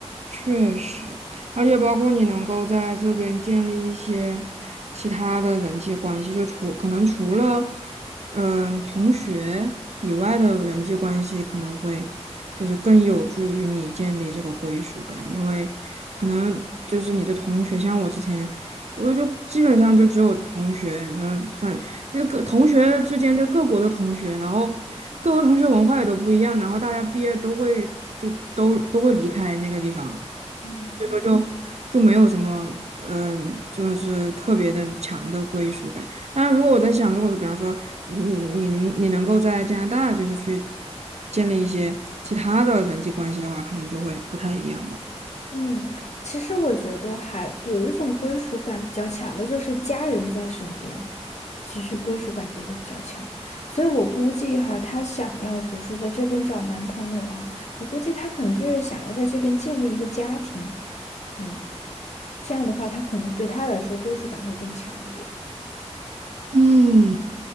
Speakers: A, on the right; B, on the left.
A: 确实，而且包括你能够在这边建立一些其他的人际关系，就除可能除了嗯同学以外的人际关系，可能会就是更有助于你建立这个归属感，因为可能就是你的同学，像我之前，我就基本上就只有同学，然后反这各同学之间的各国的同学，然后各国同学文化也都不一样，然后大家毕业都会就都都会离开那个地方。
B: 嗯嗯。
A: 所以说就就没有什么，嗯、就是特别的强的归属感。当然，如果我在想，如果说比方说，嗯，你能你能够在加拿大就是去建立一些其他的人际关系的话，可能就会不太一样吧。
B: 嗯，其实我觉得还有一种归属感比较强的，就是家人在身边，其实归属感就会比较强。所以我估计哈，她想要，比如说在这边找男朋友啊，我估计她可能就是想要在这边建立一个家庭。嗯，这样的话，她可能对她来说归属感会更强一点。
A: 嗯，